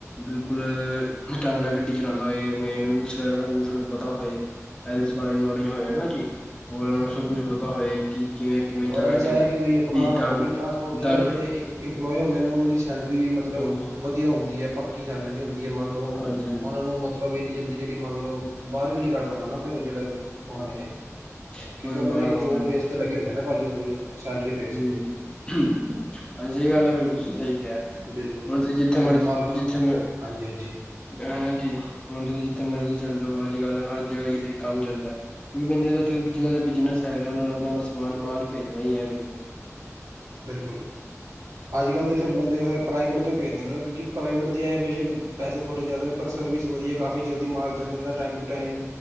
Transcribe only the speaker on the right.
ਉਰਾ
ਵਿਚਾਰ
ਕਿ ਬਈ ਆਪਣਾ
ਪਬਲਿਕ ਟ੍ਰਾਂਸਪੋਰਟ ਚ
ਜਿਹੜੇ ਇੰਪਲੋਏ ਹੁੰਦੇ ਨੇ ਉਹਨਾਂ ਦੀ ਸੈਲਰੀ ਵੀ ਮਤਲਬ
ਵਧੀਆ ਹੁੰਦੀ ਹੈ ਪੱਕੀ ਸੈਲਰੀ ਹੁੰਦੀ। ਮੰਨ ਲਓ
ਉਹਨਾ ਨੂੰ ਮਤਲਬ ਇੰਨੀ ਜਲਦੀ ਜਿਹੜੀ ਮੰਨ ਲਓ ਬਾਹਰ ਵੀ ਨੀ ਕੱਢ ਪਾਂਦਾ ਨਾ ਫ਼ੇਰ ਜਿਹੜਾ ਹੁੰਦੇ
ਨੇ ਕਿਉਂਕਿ
ਉਹਨਾਂ
ਦੇ
ਜੋਬ ਬੇਸ ਤੇ ਲਗੇ ਹੁੰਦੇ ਨਾ ਪਾਜੀ ਉਹ ਸੈਲਰੀ ਬੇਸ
ਤੇ
ਬਿਲਕੁਲ
ਹੁਣ
ਮੰਨ ਲਓ
ਹਾਂਜੀ ਹਾਂਜੀ
ਬਿਲਕੁਲ। ਅੱਜ-ਕੱਲ੍ਹ ਫਿਰ ਬੰਦੇ ਪ੍ਰਾਈਵੇਟ ਤੋਂ ਹੀ ਭੇਜਦੇ ਨਾ ਕਿਉਂਕਿ ਪ੍ਰਾਈਵੇਟ ਦੇ ਆ ਬੇਸ਼ਕ ਪੈਸੇ ਥੋੜੇ ਜ਼ਿਆਦਾ ਨੇ ਪਰ ਸਰਵਿਸ ਵਧੀਆ ਕਾਫੀ ਜਲਦੀ ਮਾਲ ਚੱਲ ਜਾਂਦਾ ਟਾਈਮ ਟੂ ਟਾਈਮ।